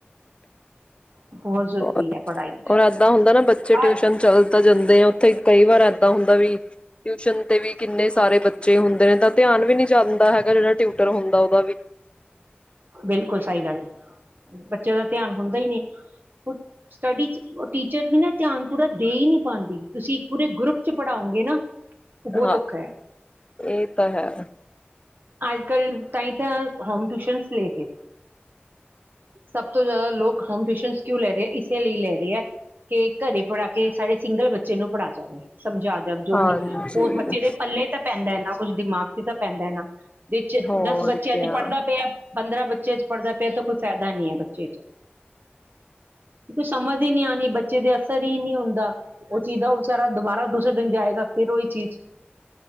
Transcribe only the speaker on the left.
ਹੋਰ
ਹੋਰ ਏਦਾਂ ਹੁੰਦਾ ਨਾ ਬੱਚੇ
ਟਿਊਸ਼ਨ ਚੱਲ ਤਾਂ ਜਾਂਦੇ ਤੇ ਉੱਥੇ ਕਈ ਵਾਰ ਏਦਾ ਹੁੰਦਾ ਵਈ ਟਿਊਸ਼ਨ ਤੇ ਵੀ ਕਿੰਨੇ ਸਾਰੇ ਬੱਚੇ ਬੱਚੇ ਹੁੰਦੇ ਨੇ ਤਾਂ ਧਿਆਨ ਵੀ ਨੀ ਜਾਂਦਾ ਹੈਗਾ। ਜਿਹੜਾ ਟਿਊਟਰ ਹੁੰਦਾ ਉਹਦਾ ਵੀ।
ਹਾਂ
ਇਹ ਤਾਂ ਹੈ
ਹਾਂਜੀ
ਹੋਰ
ਕਿਆ